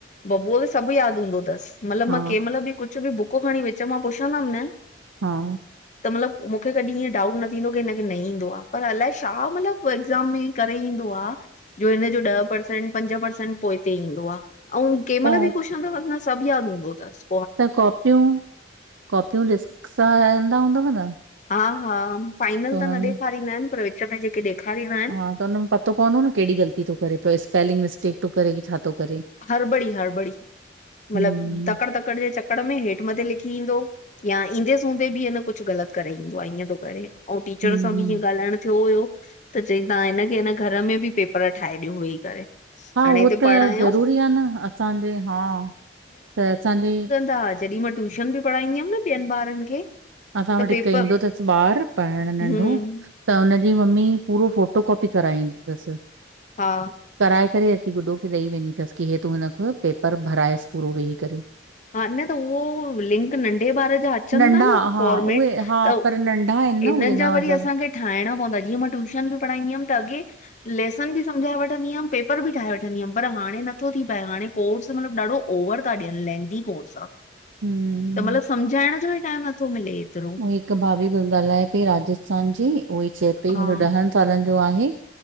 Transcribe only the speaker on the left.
बबूअ खे सभु यादि हूंदो तसि, मतिलबु
मां कंहिं महिल बि कुछ बि बुक खणी विच मां पुछंदमि न,
त मतलबु मूंखे कॾीं इएंं डाउट न थींदो की हिनखे न ईंदो आ, पर अलाए छा मतलबु एग्ज़ाम में करे ईंदो आ, जो हिनजो ॾह परसेंट, पंज परसेंट पोइते ईंदो आ, अउं कंहिं महिल
बि कुछ पुछंदवसि न सभु यादि हुंदोतसि।
हा -हा, फाइनल
त न
ॾेखारींदा आहिनि, पर विच में जेके ॾेखारींदा आहिनि
हरबड़ी -हरबड़ी, मतिलब
तकड़- तकड़, जे चक कर में हेठि मथे लिखी ईंदो या ईंदे सूंंदे बि अ न कुउ ग़लति करे ईंदो आहे, ईअं तो करे। अऊं टीचर
सां बि इएंं ॻाल्हाइण थियो हुयो, त चईं तां हिनखे न घर में बि पेपर ठाहे ॾियो वेई करे,
हाणे
हिते
पढ़ायूं
हा! जॾीं मां ट्यूशन बि पढ़ाईंदी हुअमि न ॿियनि ॿारनि खे
त
पेपर
हम्म
हा।
हा न त उहो लिंक नंढे ॿार जा अचनि
ता न,
फॉर्मेट,
त
हिननि
जा वरी
असां खे ठाइणा पवंदा, इयं मां ट्यूशन भी पढ़ाईंदी हुम त अॻे लेसन भी समझाए वठंदी हुम, पे पेर बि ठाहे वठंदी हुअमि, पर हाणे नथो थी पाए हाणे कोर्स मतिलबु ॾाढो ओवर ता ॾियन, लेंनि दी कोर्स‌ आ,
त मतिलबु सम्झाइण जो ई टाइम नथो मिले, एतिरो
हा